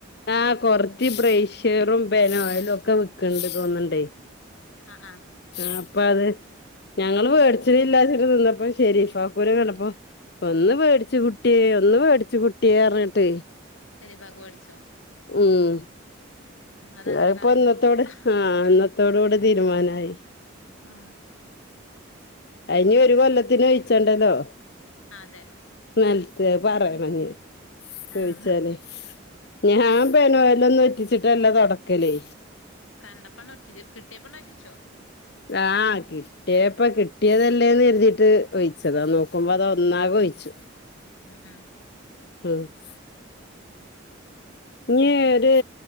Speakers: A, on the left; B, on the left.
A: ആഹ് കൊറതി ബ്രയിഷ്യറും പെനോയിലുംക്കെ വിക്കണ് ണ്ട് തോന്ന്ണ്ടേ
B: അ ആ
A: ആഹ് അപ്പത് ഞങ്ങള് വേടിച്ചിലില്ലാച്ചട്ട് നിന്നപ്പ ശെരീഫാക്കൂനെ കണ്ടപ്പൊ ഒന്ന് വേടിച്ചു കുട്ടിയേ ഒന്ന് വേടിച് കുട്ടിയേറഞ്ഞിട്ടേ
B: ശരി ബാഗ് വേടിച്ചോ
A: ഉം
B: അതങ്ങനെ
A: ആഹ് അതിപ്പ
B: കളയും
A: ഇന്നത്തോട്
B: ചെയ്തു
A: ഹാ ഇന്നത്തോടുടെ തീരുമാനായി
B: ആ
A: ആയ് ഇനിഒരു കൊല്ലത്തിന് ഒ യിച്ചണ്ടല്ലോ
B: അതെ
A: ന്നലത്തെ പറയണഞ്ഞി ചോയിച്ചാലേ
B: ആഹ്
A: ഞാൻ പെനോയിലൊന്നും ഒറ്റിച്ചിട്ടല്ല തൊടക്കല്
B: കണ്ടപ്പണ്ടൊറ്റിച്ച് കിട്ടിയപ്പണ്ടൊറ്റിച്ചു
A: അ ആ കിട്ടിയപ്പ കിട്ട് ട്ടിയതല്ലേന്ന് കരുതീട്ട് ഒയിച്ചതാ നോക്കുമ്പോ അതൊന്നാകെ ഒയിച്ചു
B: ആ ആഹാ
A: ഹ്.. ഇഞ്ഞി
B: ഉം അങ്ങനെ
A: ഒര്